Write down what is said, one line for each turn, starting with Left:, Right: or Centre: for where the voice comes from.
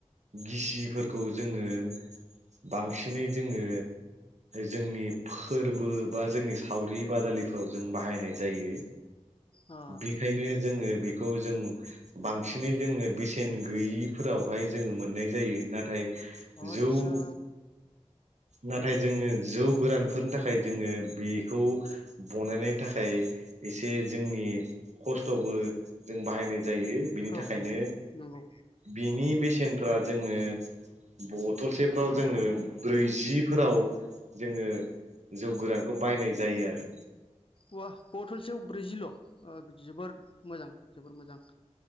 Right: गिसिफोरखौ जोंङो बांसिनै जोंङो जोंनि फोरबो बा जोंनि सावरि-बादालिफ्राव जों बाहायनाय जायो।
Left: ओ
Right: बिखायनो जोंङो बिखौ जों बांसिनै जोंङो बेसेन गैयिफोरावहाय जोंङो मोननाय जायो। नाथाय
Left: अ आतसा
Right: जौ नाथाय जोंङो जौ गोरानफोरनि थाखाय जोङों बेखौ बनायनायनि थाखाय एसे जोंनि खस्थ'बो जों बाहायनाय जायो। बिनि
Left: औ
Right: थाखायनो
Left: नंगौ
Right: बिनि बेसे नफ्रा जोंङो बथलसेफ्राव जोंङो ब्रैजि फोराव जोंङो जौ गोरानखौ बायनाय जायो आरो
Left: अवा बथलसेयाव ब्रैजिल' ओ जोबोर मोजां, जोबोर मोजां।